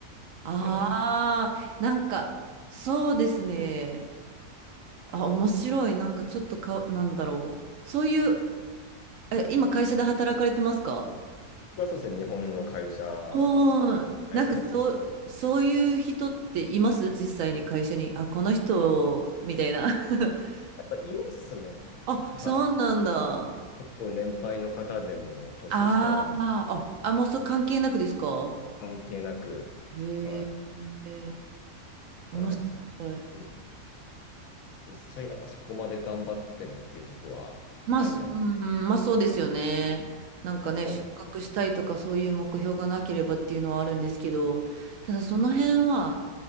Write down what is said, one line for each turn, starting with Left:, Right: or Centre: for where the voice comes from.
Right: ああ、
Left: て感じです。
Right: なんか、そうですね。あ、面白い。なんかちょっとか、なんだろう。そういう、え、今会社で働かれてますか
Left: まあ、そうですね。日本の会社ですね。
Right: うん。
Left: 会社員です。
Right: なんかそう、そういう人っています実際に会社に。あ、この人、みたいな。<laughs>
Left: やっぱいますね。
Right: あ、
Left: はい。
Right: そうなんだ。
Left: 結構年配の方でも、年下でも
Right: あーあ、あ、もうそれ関係なくですか
Left: 関係なく、
Right: へ
Left: はい。
Right: え、面白い。
Left: まあ、なんかじ、うん。実際なんかそこまで頑張ってもっていうとこはあるじゃない。
Right: まあ、そうん、まあそうですよね。なんかね、
Left: 日本、
Right: 昇格したいとかそういう目標がなければっていうのはあるんですけど、ただその辺は、
Left: うん